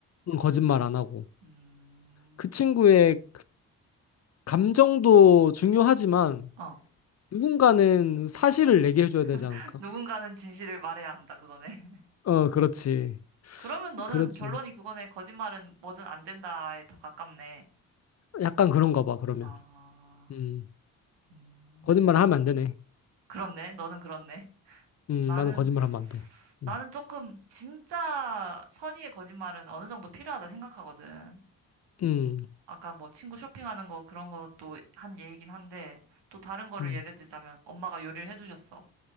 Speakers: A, on the left; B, on the right.
A: 응, 거짓말 안 하고
B: 음,
A: 그 친구의 감정도 중요하지만
B: 어,
A: 누군가는 사실을 얘기해 줘야 되지
B: <laughs>
A: 않을까?
B: 누군가는 진실을 말해야 한다, 그거네. <laughs>
A: 어, 그렇지,
B: 그러면 너는
A: 그렇지.
B: 결론이 그거네. 거짓말은 뭐든 안 된다에 더 가깝네.
A: 약간 그런가 봐. 그러면
B: 아,
A: 음,
B: 음.
A: 거짓말 하면 안 되네.
B: 그렇네. 너는 그렇네.
A: 음,
B: 나는,
A: 나는 거짓말 하면 안 돼. 음,
B: 나는 조금 진짜 선의의 거짓말은 어느 정도 필요하다 생각하거든.
A: 음,
B: 아까 뭐 친구 쇼핑하는 거 그런 것도 한 얘기긴 한데 또 다른 거를
A: 음,
B: 예를 들자면 엄마가 요리를 해주셨어.